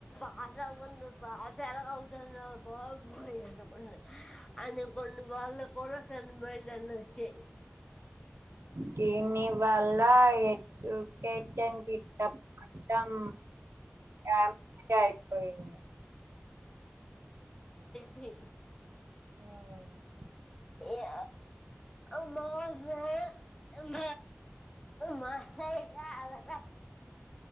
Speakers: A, on the left; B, on the right.
A: పాసవ్వముందు పాస్ ఏలా అవుతరా బాబోయ్ అనుకున్న అనికొన్న వాళ్ళ కూడా టెన్ బై టెన్ లు వచ్చాయ్
B: కీని బల్ లా ఏటు కెటం కిట్టం పాఠం రాం అంటే అయిపోయింది
A: పిహ్
B: ఆ
A: యా అమ్మ లే అమ్మ మాసైడ్ గా ఆళ్